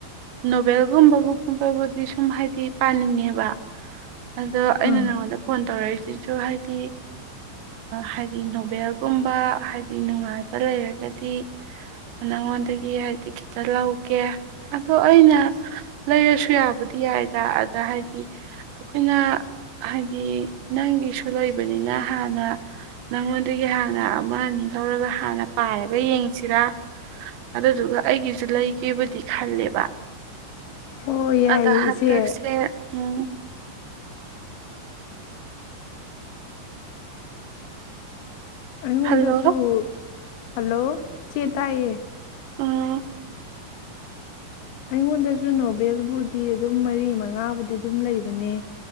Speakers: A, on the right; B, on the left.
A: ꯅꯣꯚꯦꯜꯒꯨꯝꯕꯒꯨꯝꯨꯝꯕꯕꯨꯗꯤ ꯁꯨꯝ ꯍꯥꯏꯕꯗꯤ ꯄꯥꯅꯤꯡꯉꯦꯕ ꯑꯗꯣ ꯑꯩꯅ
B: ꯑꯥ
A: ꯅꯉꯣꯟꯗ ꯐꯣꯟ ꯇꯧꯔꯛꯏꯁꯤꯁꯨ ꯍꯥꯏꯗꯤ ꯍꯥꯏꯗꯤ ꯅꯣꯕꯦꯜꯒꯨꯝꯕ ꯍꯥꯏꯗꯤ ꯅꯨꯡꯉꯥꯏꯕ ꯂꯩꯔꯒꯗꯤ ꯅꯉꯣꯟꯗꯒꯤ ꯍꯥꯏꯗꯤ ꯈꯤꯇꯪ ꯂꯧꯒꯦ ꯑꯗꯣ ꯑꯩꯅ ꯂꯩꯔꯁꯨ ꯌꯥꯕꯨꯗꯤ ꯌꯥꯏꯗ ꯑꯗ ꯍꯥꯏꯗꯤ ꯑꯩꯈꯣꯏꯅ ꯍꯥꯏꯗꯤ ꯅꯪꯒꯤꯁꯨ ꯂꯩꯕꯅꯤꯅ ꯍꯥꯟꯅ ꯅꯪꯉꯣꯟꯗꯒꯤ ꯍꯥꯟꯅ ꯑꯃ ꯑꯅꯤ ꯂꯧꯔꯒ ꯍꯥꯟꯅ ꯄꯥꯏꯔꯒ ꯌꯦꯡ ꯁꯤꯔꯥ ꯑꯗꯨꯗꯨꯒ ꯑꯩꯒꯤꯁꯨ ꯂꯩꯒꯦꯕꯨꯗꯤ ꯈꯜꯂꯦꯕ
B: ꯑꯣ ꯌꯥꯏꯑꯦ
A: ꯑꯗ ꯍꯟꯗꯛꯁꯦ
B: ꯏꯆꯦ
A: ꯎꯝ
B: ꯑꯩꯉꯣꯟꯗꯁꯨ
A: ꯍꯜꯂꯣ
B: ꯍꯜꯂꯣ ꯆꯦ ꯇꯥꯏꯌꯦ
A: ꯎꯝ
B: ꯑꯩꯉꯣꯟꯗꯁꯨ ꯅꯣꯚꯦꯜꯕꯨꯗꯤ ꯑꯗꯨꯝ ꯃꯔꯤ ꯃꯉꯥꯕꯨꯗꯤ ꯑꯗꯨꯝ ꯂꯩꯕꯅꯦ